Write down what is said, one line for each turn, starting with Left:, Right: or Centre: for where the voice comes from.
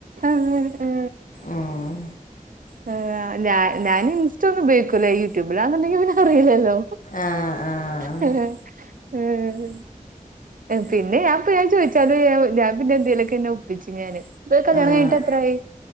Right: ആഹ ആ ഹെ
Left: ഉം
Right: ഹ് ഞാ ഞാൻ ഇൻസ്റ്റ ഒന്നും ഉപോഗിക്കൂല്ല യൂട്യൂബിലാന്നുണ്ടെങ്കിൽ പിന്നെ അറിയില്ലല്ലോ
Left: ആഹ് ആഹ്
Right: ഹ്.. ഹ്.. ഹ് ഹേം പിന്ന ഞാപ്പൊ ഞാൻ ചോദിച്ചാല് ഞാൻ പിന്നെ എന്തേലൊക്കെെ വിളിച്ചഞാന് ഭരേ കല്യാണംകഴിഞ്ഞിട്ട്
Left: ആഹ്
Right: എത്രായി